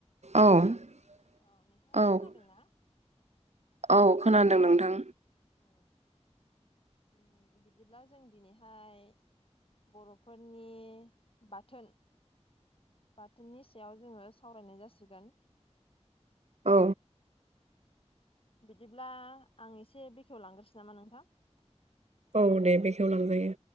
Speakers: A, on the left; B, on the right.
A: Hello
B: औ-औ-औ
A: औ नोंथाङा खोनादोंना औ
B: खोनादों नोंथां
A: औ बिदिब्ला जों दिनैहाय बर'फोरनि बाथोन बाथोननि सायाव जोङो सावरायनाय जासिगोन
B: औ
A: बिदिब्ला आं एसे बेखेव लांग्रोसो नामा नोंथां
B: औ दे बेखेवलांजायो